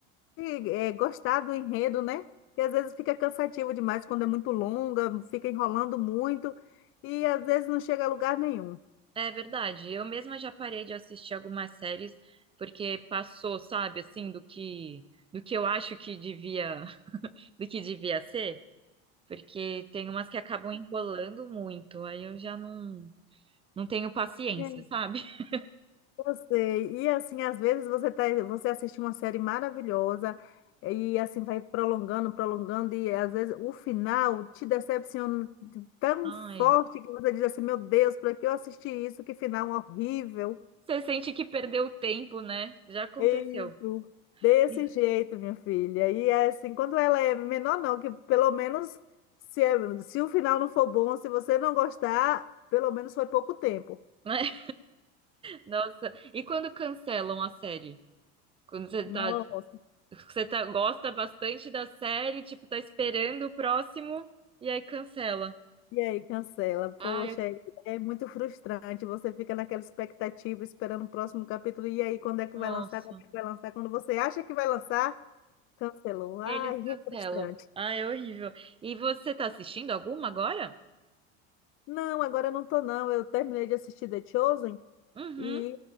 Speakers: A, on the left (about 45°); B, on the right (about 20°).
A: é, gostar do enredo, né? Porque às vezes fica cansativo demais quando é muito longa, fica enrolando muito e às vezes não chega a lugar nenhum.
B: É verdade. Eu mesma já parei de assistir algumas séries, porque passou, sabe, assim, do que, do que eu acho que devia, <laughs> do que devia ser. Porque tem umas que acabam enrolando muito. Aí eu já não, não tenho paciência,
A: É,
B: sabe? <laughs>
A: Eu sei. E assim, às vezes você tá, você assiste uma série maravilhosa e assim vai prolongando, prolongando e às vezes o final te decepciona tão
B: Ai.
A: forte que você diz assim, meu Deus, para que eu assisti isso? Que final horrível.
B: Você sente que perdeu tempo, né? Já aconteceu.
A: É isso. Desse
B: Ih.
A: jeito,
B: <laughs>
A: minha filha. E é assim, quando ela é menor, não, que pelo menos se, é- se o final não for bom, se você não gostar, pelo menos foi pouco tempo.
B: Né? Nossa, e quando cancelam a série? Quando você
A: Nossa.
B: tá, você tá, gosta bastante da série, tipo, tá esperando o próximo e aí cancela.
A: E aí, cancela.
B: Ai,
A: Poxa,
B: eu-
A: é é muito frustrante. Você fica naquela expectativa, esperando o próximo capítulo. E aí, quando é que
B: nossa.
A: vai lançar? Quando é que vai lançar? Quando você acha que vai lançar, cancelou. Ai,
B: E aí eles cancelam.
A: é frustrante.
B: Ai, é horrível. E você tá assistindo alguma agora?
A: Não, agora eu não tô, não. Eu terminei de assistir The Chosen
B: Uhum.
A: e